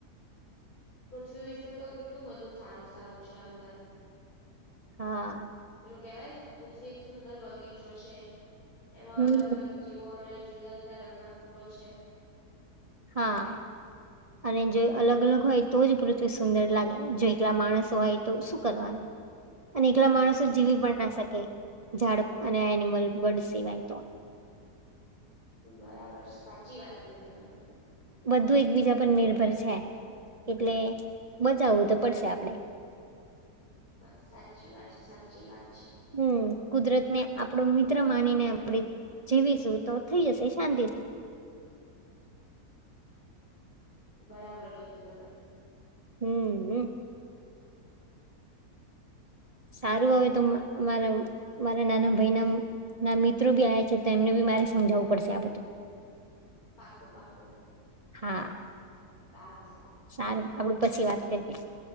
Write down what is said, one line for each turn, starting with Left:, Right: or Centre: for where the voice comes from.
Left: પૃથ્વી વિશે તો કેટલું બધું સારું સારું છે અંદર
Right: હા
Left: પેલું કેવાય પૃથ્વી એક સુંદર બગીચો છે એમાં
Right: હમ
Left: અલગ અલગ જીવો અને જુદા જુદા રંગના ફૂલો છે
Right: હા અને જો અલગ અલગ હોય તો જ પૃથ્વી સુંદર લાગે જો એકલા માણસો હોય તો શું કરવાનું અને એકલા માણસો
Left: હમ
Right: જીવી પણ ના શકે ઝાડ અને એનિમલ બર્ડ સિવાય તો
Left: બરાબર સાચી વાત કરી તમે હું
Right: બધું એકબીજા પર નિર્ભર છે એટલે બચાવવું તો પડશે આપડે
Left: બસ સાચી વાત છે સાચી વાત છે
Right: હમ કુદરત ને આપણું મિત્ર માનીને આપડી જીવીશું તો થઈ જશે શાંતિથી
Left: બરાબર કીધું તમે
Right: હમ હમ સારું આવે તો મારા મારા નાના ભાઈ ના ના મિત્રો બી આવે છે તો એમને બી મારે સમજાવવું પડશે આ બધું
Left: પાકું પાકું
Right: હા
Left: આું સર
Right: સારું આપડું પછી વાત કરીએ